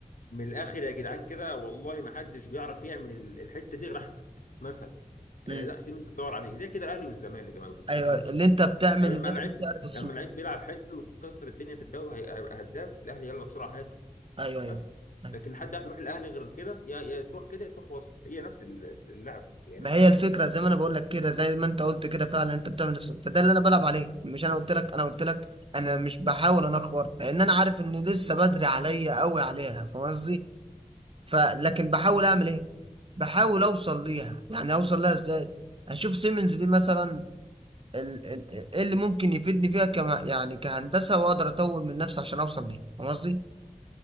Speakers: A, on the left (about 80°); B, on the right (about 40°).
A: من الاخر يا جدعان كده والله ما حدش بيعرف يعمل ال- الحته دي غير احمد مثلا
B: مم.
A: آه، لا سيب انت تدور عليك زي كده الاهلي والزمالك يا جماعه كنتش
B: ايوه
A: اديك بتشوف
B: اللي انت بتعمل
A: لما
B: لنفسك
A: لعيب
B: تعرف السوق
A: لما لعيب بيلعب حلو وكسر الدنيا في الدوري هي- هيبقى هداف الاهلي يلا بسرعه هاته
B: ايوه ايوه
A: بس
B: أيوة.
A: لكن حد عارف يروح الاهلي غير كده يا يا تروح كده يا تروح وسط هي نفس ال- اللعبه هي
B: ما هي
A: نفس
B: الفكره
A: اللعبه
B: زي ما انا بقول لك كده زي ما انت قلت كده فعلا انت بتعمل نفسك فده اللي انا بلعب عليه مش انا قلت لك انا قلت لك انا مش بحاول انخور لان انا عارف ان لسه بدري عليا قوي عليها فاهم قصدي فلكن بحاول اعمل ايه بحاول اوصل ليها يعني اوصل لها ازاي اشوف سيمنز دي مثلا ال- ال- ايه اللي ممكن يفيدني فيها كما يعني كهندسه واقدر اطور من نفسي عشان اوصل ليها فاهم قصدي